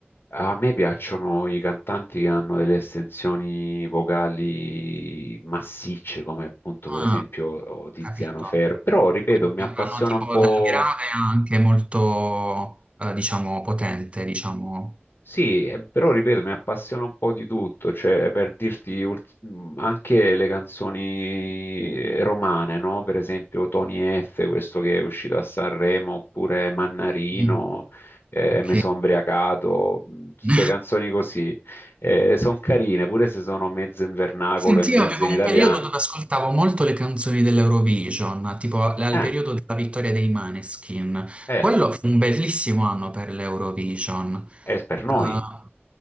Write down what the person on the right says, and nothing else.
Ah,
capito.
Quindi
vanno tipo
dal grave anche molto, eh, diciamo, potente, diciamo.
Mm,
ok.
<laughs>
Senti,
io avevo
un
periodo dove ascoltavo molto le canzoni dell'Eurovision, tipo al al
periodo della vittoria dei Maneskin.
Quello fu un bellissimo anno per l'Eurovision.
Ah,